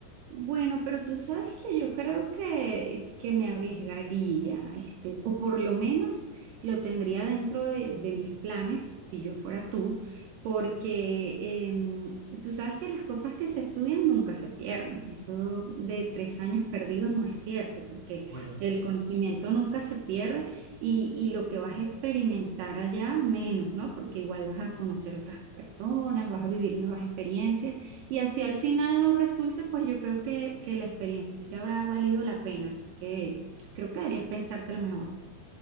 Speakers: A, on the right; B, on the right.
A: Bueno, pero tú sabes que yo creo que, que me arriesgaría, este, o por lo menos lo tendría dentro de, de mis planes, si yo fuera tú, porque em, tú sabes que las cosas que se estudian nunca se pierden. Eso de tres años perdidos no es cierto, porque
B: Bueno, sí
A: el
B: es cierto.
A: conocimiento nunca se pierde y, y lo que vas a experimentar allá menos, ¿no? Porque igual vas a conocer otras personas, vas a vivir nuevas experiencias. Y así al final no resulte, pues yo creo que, que la experiencia habrá valido la pena, así que creo que deberías pensártelo mejor.